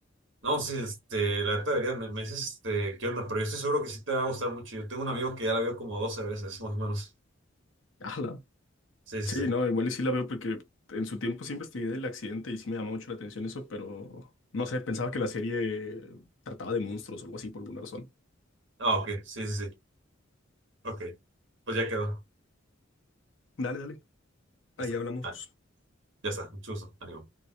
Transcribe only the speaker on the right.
No, sí, este, la neta deberías, me, me dices, este, qué onda, pero yo estoy seguro que sí te va a gustar mucho. Yo tengo un amigo que ya la vio como 12 veces, más o menos.
Sí, sí,
sí.
Ah, ok, sí, sí, sí. Ok, pues ya quedó.
Ya está.
Ah, ya está, mucho gusto, ánimo.